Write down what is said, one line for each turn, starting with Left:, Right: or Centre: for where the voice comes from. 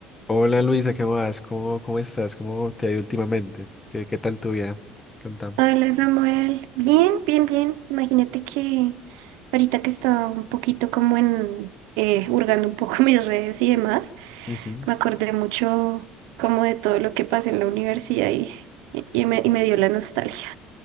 Left: Hola Luisa, ¿qué más? ¿Cómo, cómo estás? ¿Cómo te ha ido últimamente? ¿Qué, qué tal tu vida? Contame.
Right: Hola Samuel, bien, bien, bien. Imagínate que ahorita que estaba un poquito como en, eh, hurgando un poco <laughs> mis redes y demás,
Left: Ujú.
Right: me acordé mucho como de todo lo que pasé en la universidad y, y- y me, y me dio la nostalgia.